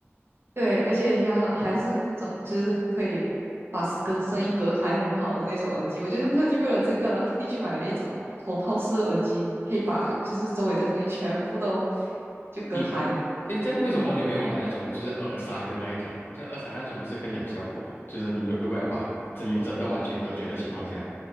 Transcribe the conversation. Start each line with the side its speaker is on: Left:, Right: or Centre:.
Right: 对，而且你还还是那种就是可以把隔声音隔开很好的那种耳机，我就是特地为了这个，然后特地去买了一种头套式的耳机，可以把就是周围的声音全部都就隔开，
Left: 嗯，哎，这样为什么你没有买那种就是耳塞的那一种？
Right: 嗯，
Left: 就耳塞那种不是更有效果吗？就是你如果要把声音真的完全隔绝的情况下，